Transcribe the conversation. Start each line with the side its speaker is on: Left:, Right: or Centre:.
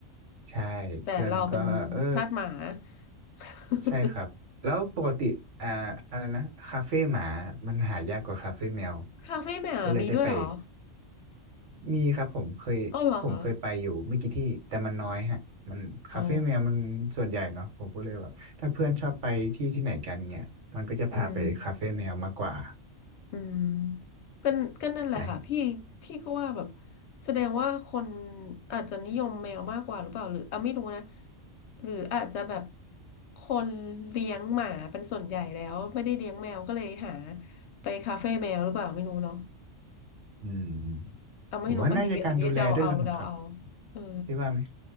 Right: ใช่เพื่อนก็เออ
Left: แต่เราเป็นทาสหมา <laughs>
Right: ใช่ครับแล้วปกติอ่าอะไรนะคาเฟ่หมามันหายากกว่าคาเฟ่แมว
Left: คาเฟ่แมวมีด้วยเหรอ
Right: ก็เลยได้ไปมีครับผมเคยผมเคยไปอยู่ไม่กี่ที่แต่มันน้อยฮะมันคาเฟ่แมวมันส่วนใหญ่เนาะผมก็เลยว่าถ้าเพื่อนชอบไปที่ที่ไหนกันเนี่ยมันก็จะพาไปคาเฟ่แมวมากกว่า
Left: อ๋อเหรอคะอ๋ออืม อืมก็ก็นั่นแหละค่ะพี่พี่ก็ว่าแบบ
Right: ใช่
Left: แสดงว่าคนอาจจะนิยมแมวมากกว่าหรือเปล่าหรืออ่ะไม่รู้นะหรืออาจจะแบบคนเลี้ยงหมาเป็นส่วนใหญ่แล้วไม่ได้เลี้ยงแมวก็เลยหาไปคาเฟ่แมวหรือเปล่าไม่รู้เนาะ
Right: อืม
Left: อ่ะไม่รู้อันนี้อันนี้เดาเอาเดาเอา
Right: ผมว่าน่าจะการดูแลด้วยละมั้งครับ
Left: เออ
Right: พี่ว่าไหม